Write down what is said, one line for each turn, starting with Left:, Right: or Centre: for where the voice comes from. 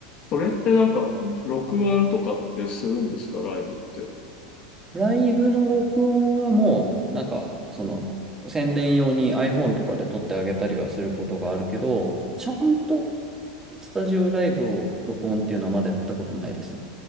Left: それってなんか、録音とかってするんですか、ライブって。
Right: ライブの録音はもう、なんか、その、宣伝用に iPhone とかで撮ってあげたりはすることがあるけど、ちゃんとスタジオライブを録音っていうのはまだやったことないですね。